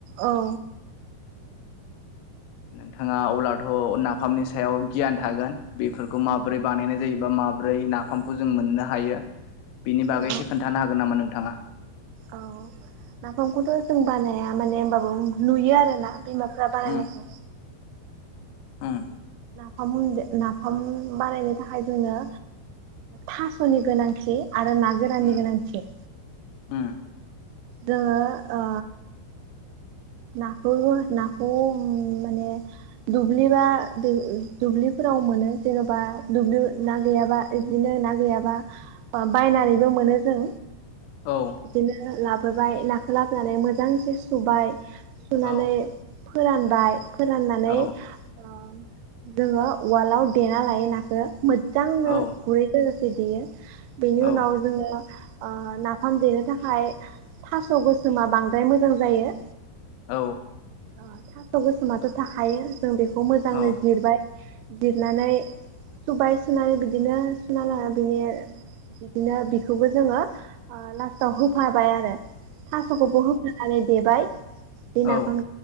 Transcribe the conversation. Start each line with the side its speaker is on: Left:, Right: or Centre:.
Right: औ
Left: नोंथाङा अब्लाथ' नाफामनि सायाव गियान थागोन बेफोरखौ माबोरै बानायनाय जा जायो बा माब्रै नाफामखौ जों मोननो हायो बिनि बागै
Right: औ
Left: एसे खोन्थानो हागोन नामा नों थाङा
Right: औ नाफामखौथ' जों बानाया माने होनबाबो नुयो आरोना। बिमाफ्रा बानाय
Left: उम
Right: खौ
Left: उम
Right: नाफाम दे नाफाम बानायनो थाखाय जोंनो थास'नि गोनांथि। आरो नागोरानि
Left: उम
Right: गोनांथि
Left: उम
Right: जोङो ओ। नाखौबो नाखौ माने दुब्लि बा दुबलि फोर फोराव मोनो जेन'बा दुब्लि ना गैयाबा बिदिनो ना गैयाबा बायनानैबो मोन नो जों
Left: औ
Right: बिदिनो लाबोबाय नाखौ लाबोनानै मोजांसे सुबाय। सुनानै
Left: औ
Right: फोरानबाय फोराननानै
Left: औ
Right: ओ जोङो उवालाव देना लायो नाखौ मोजांनो
Left: औ
Right: गुरै देयो बेनि
Left: औ
Right: उनाव जोङो। ओ नाफाम देनो थाखाय थास' गोसोमा बांद्राय मोजां जायो
Left: औ
Right: अ थास' गोसोमाथ' थाखायो जों बेखौ मोजांनो
Left: औ
Right: जिरबाय। जिरनानै सुबाय सुनानै बिदिनो सुना लाना बिनि बिदिनो बिखौबो जोङो लास्टाव होफाबाय आरो। थास'खौबो होफानानै देबाय बे
Left: औ
Right: नाफाम